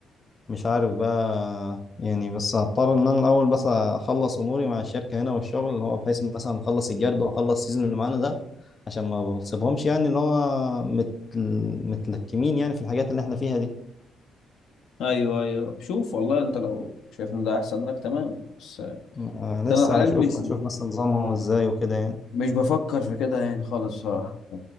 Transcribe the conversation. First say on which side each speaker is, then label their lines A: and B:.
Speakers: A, on the left (about 35°); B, on the left (about 75°).
A: مش عارف بقى يعني بس هضطر ان انا الاول بس اخلص اموري مع الشركه هنا والشغل اللي هو بحيث مثلا اخلص الجرد واخلص السيزون اللي معانا ده عشان ما بسيبهمش يعني اللي هو مت... متلكمين يعني في الحاجات اللي احنا فيها دي
B: ايوه ايوه شوف والله انت لو شايف ان ده احسن لك تمام بس
A: آه، لسه
B: انا حاليا
A: اشوف
B: مش
A: اشوف مثلا نظامهم ازاي وكده يعني
B: مش بفكر في كده يعني خالص بصراحه